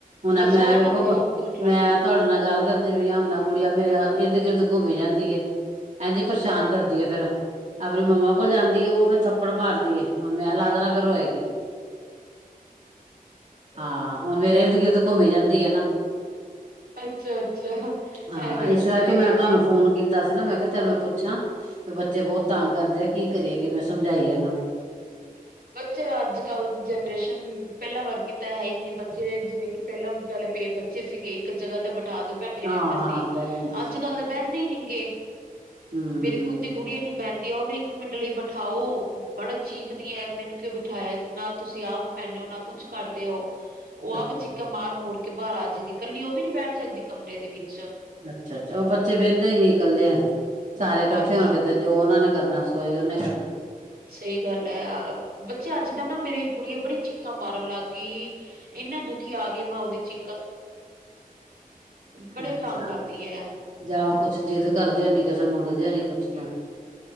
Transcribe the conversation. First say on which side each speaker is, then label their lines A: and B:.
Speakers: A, on the right (about 55°); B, on the right (about 80°).
A: ਹੁਣ
B: ਬਸ
A: ਮੈਂ
B: ਉਹ ਹੈ
A: ਵੇਖੋ
B: ਨਾ ਮੈਪ ਡਰਾਣਾ।
A: ਮੈਂ ਤੁਹਾਡੇ ਨਾਲ ਗੱਲ ਕਰਦੇ ਪਹੀਆਂ ਹੁਣਾ ਗੁੜੀਆਂ ਮੇਰਾ ਇਰਦ ਗਿਰਦ ਘੁੰਮੀ ਜਾਂਦੀ ਇੰਝ ਪਰੇਸ਼ਾਨ ਕਰਦੀ ਆ ਫਿਰ ਆਪਣੀ ਮੰਮਾ ਕੋਲ ਜਾਂਦੀ ਹੈ ਉਹ ਫਿਰ ਥੱਪੜ ਮਾਰਦੀ ਹੈ ਹੁਣ ਮੈਂ ਲਾ ਦੇਣਾ ਫਿਰ ਰੋਏਗੀ। ਹਾਂ ਹੁਣ ਮੇਰੇ ਇਦ ਗਿਦ ਜਾਂਦੀ ਹੈ ਨਾ।
B: ਅੱਛਾ ਅੱਛਾ
A: ਹਾਂ
B: ਐ ਵੀ
A: ਇਸ
B: ਬੱਚੇ
A: ਕਰਕੇ
B: ਆਗੇਏ
A: ਮੈਂ ਤੁਹਾਨੂੰ
B: ਨੇ।
A: ਫੋਨ ਕੀਤਾ ਸੀ ਨਾ ਮੈਂ ਕਿਹਾ ਚੱਲ ਮੈਂ ਪੁੱਛਾਂ ਵੀ ਬੱਚੇ ਬਹੁਤ ਤੰਗ ਕਰਦੇ ਆ ਕੀ ਕਰੀਏ ਕਿਵੇਂ ਸਮਝਾਈਏ ਇਹਨਾਂ ਨੂੰ
B: ਬੱਚੇ ਅੱਜ ਕੱਲ੍ਹ ਦੀ ਜਨਰੇਸ਼ਨ ਪਹਿਲਾਂ ਵਰਗੀ ਤਾਂ ਹੈ ਇੰਨੇ ਬੱਚੇ ਜਿਵੇਂ ਕਿ ਪਹਿਲਾਂ ਵਾਲੇ ਪ ਬੱਚੇ ਸੀਗੇ ਇੱਕ ਜਗ੍ਹਾ ਦਾ ਬ ਬਠਾਦ ਬੈਠੇ
A: ਹਾਂ-ਹਾਂ
B: ਰਹਿੰਦੇ ਸੀ
A: ਬਹਿ ਜਾਂਦੇ ਸੀ
B: ਅੱਜ ਕੱਲ ਤਾਂ ਬਹਿੰਦੇ ਹੀ ਨੀ ਗਗੇ
A: ਹੂੰ
B: ਮੇਰੀ ਖੁੱਦ ਦੀ ਕੁੜੀਆਂ ਨੀ ਬਹਿੰਦੀ ਵਧ ਉਹਨੂੰ ਇੱਕ ਮਿੰਟ ਲਈ ਬਿਠਾਓ ਬੜਾ ਚੀ ਦੀ ਹੈ ਮੈਨੂੰ ਕਿ ਬਿਠਾਇਆ ਨਾ ਤੁਸੀਂ ਆਪ ਬਹਨਦੇ ਹੋ ਨਾ ਕੁਛ ਕਰਦੇ ਹੋ। ਉਹ ਆ
A: ਅੱਛਾ-ਅੱਛਾ,
B: ਬ ਚੀਕਾ ਮਾਰ ਮੂਰ ਕੇ ਬਾਹਰ ਆਜੇ ਦੀ ਇਕੱਲੀ ਉਹ ਵੀ ਨੀ ਬੈਠ ਸਕਦੀ ਕਮਰੇ ਦੇ ਵਿੱਚ।
A: ਅੱਛਾ ਅੱਛਾ ਉਹ ਬੱਚੇ ਵਹਿੰਦੇ ਹੀ ਨੀ ਇਕੱਲੇ ਆ ਸਾਰੇ ਇਕੱਠੇ
B: ਹਾਂਜੀ।
A: ਹੋਣਗੇ ਤੇ ਜੋ ਉਹਨਾਂ ਨੇ ਕਰਨਾ ਸੋਈੇ ਕਰਨਾ।
B: ਸਹੀ ਗੱਲ ਹੈ ਬੱਚੇ ਅੱਜ ਕੱਲ੍ਹ ਨਾ ਮੇਰੀ ਕੁੜੀ ਆ ਬੜੀ ਚੀਕਾਂ ਮਾਰਨ ਲੱਗ ਕਿ ਇੰਨਾ ਦੁਖੀ ਆ ਗਏ ਮੈਂ ਉਹਦੇ ਚ ਬੜੇ
A: ਅੱਛਾ
B: ਤੰਗ ਕਰਦੀ ਹੈ
A: ਜਾਂ ਉਹ ਕੁਛ ਜਿੱਦ ਕਰਦੇ ਹੋਣੀ ਕਿਸੇ ਮੰਗਦੇ ਹੋਣੀ। ਕੁਛ ਨਾ।